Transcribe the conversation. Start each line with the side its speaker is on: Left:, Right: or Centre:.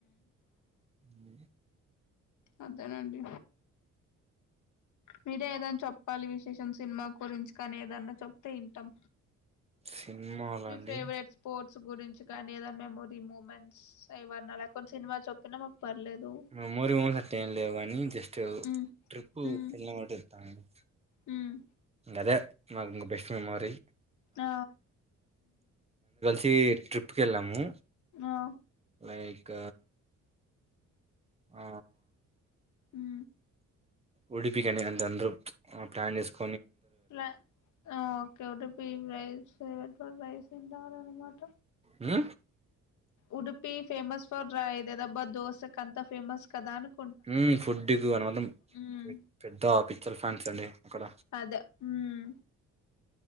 Right: అ
Left: అదేనండి మీరే ఏదైనా చెప్పాలి విశేషం సినిమా గురించి కానీ ఏదన్నా చెప్తే వింటాం
Right: సినిమాలు
Left: మీ
Right: అండి
Left: ఫేవరెట్ స్పోర్ట్ స్పోర్ట్స్ గురించి కానీ ఏదనా మెమోరీ మూమెంట్స్ ఏవన్నా లేకున్నా సినిమా చెప్పినా మాకు పర్లేదు
Right: మెమరీస్ అట్లే ఏమి లేవు కానీ జస్ట్
Left: మ్మ్
Right: ట్రిప్
Left: మ్మ్
Right: ఫళ్ళ <inaudible> అంటంది తామసి
Left: ఉమ్
Right: అదే నాకింకా బెస్ట్ ఫీమరి
Left: ఆ
Right: ఎ ట్రిప్కి వెళ్ళాము
Left: ఆ
Right: లైక్ ఆ
Left: మూ
Right: ఉడిపి బిగిన్ అం <inaudible> త అందరూ ప్లాన్ చేసుకు
Left: లా ఓకే టపిై <unintelligible> పొతే పైసు ఉండాలన మాట
Right: మూ
Left: ఉడిపి ఫేమస్ ఫర్ రా ఇదదబ్బా దోసకు అంత ఫేమస్ కదా అనుకు
Right: మూ ఫుడ్ కు అనుమాత్రం
Left: ఉమ్
Right: పెద్ద పిచ్చార్ ఫ్యాన్స్ అండి అక్కడ
Left: అదే ఉమ్